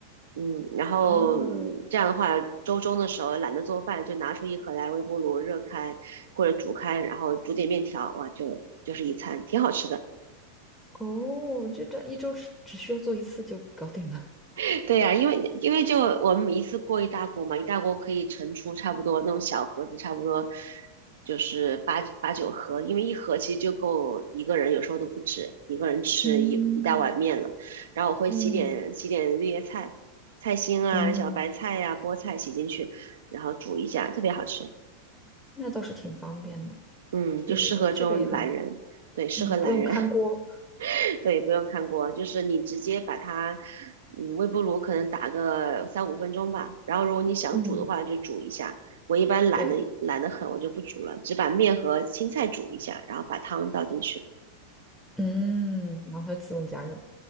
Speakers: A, on the right; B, in the centre.
A: 嗯，然后
B: 哦，
A: 这样的话，周中的时候懒得做饭，就拿出一盒来微波炉热开或者煮开，然后煮点面条，哇，就就是一餐，挺好吃的。
B: 哦，这这一周是只需要做一次就搞定了。
A: <laughs> 对呀、因为因为就我们一次过一大锅嘛，一大锅可以盛出差不多那种小盒子，差不多就是八八九盒，因为一盒其实就够一个人，有时候都不止一个人吃一一大碗面了。
B: 嗯
A: 然后我会洗点洗点绿叶菜、
B: 嗯
A: 菜心啊、
B: 嗯，
A: 小白菜呀、菠菜洗进去，然后煮一下，特别好吃。
B: 那倒是挺方便的。
A: 嗯，
B: 对对对，
A: 就适合这种懒人，
B: 这个也很好。
A: 对，适合懒人，
B: 嗯，不用看锅。
A: <laughs> 对，不用看锅，就是你直接把它，嗯，微波炉可能打个三五分钟吧，然后如果你想煮的话就煮一下。
B: 嗯，
A: 我一般懒得懒得很，
B: 对，
A: 我就不煮了，只把面和青菜煮一下，然后把汤倒进去，
B: 嗯，然后它自动加热